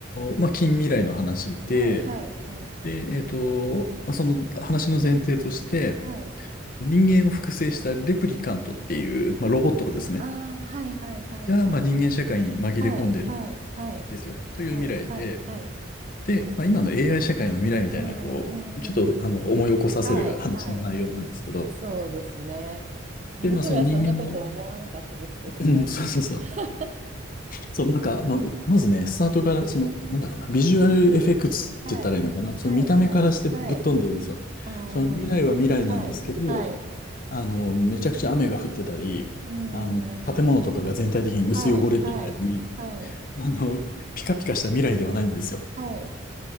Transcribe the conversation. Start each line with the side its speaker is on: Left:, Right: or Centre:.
Left: ーまあ、近未来の話で、
Right: はい、はい、はい、
Left: で、えっと、まあその話の前提として、
Right: はい、
Left: 人間を複製したレプリカントっていう、まあ、ロボットですね、
Right: ああ、はい、はい、はい、
Left: が、
Right: はい、
Left: まあ、人間社会に紛れ込んでる
Right: はい、はい、はい、
Left: んですよ、という未来で、
Right: はい、はい、はい、
Left: で、まあ、今の AI 社会の未来みたいな、
Right: うん、
Left: こう、ちょっと、
Right: うん、
Left: あの、思い起こさせる話の内容なんですけど、
Right: はい、はい、そうですね。あの頃はそんなこと思わなかったですけどね。
Left: で、まあ、その人間の、うん <laughs> そうそうそう。
Right: <laughs>
Left: そう、なんか、あの、まずね、スタートから、その、なんだろうな、ビジュアルエフェクツって言ったらいいのかな。
Right: はい、
Left: その見た目からしてぶっ飛んでるんですよ。
Right: はい、はい、はい、ああ、
Left: その未来は未来なんですけど、
Right: はい、はい、
Left: あの、めちゃくちゃ雨が降ってたり、
Right: うん、
Left: あの、建物とかが全体的に薄汚れていたり、
Right: はい、はい、はい、
Left: あの、ピカピカした未来ではないんですよ。
Right: はい、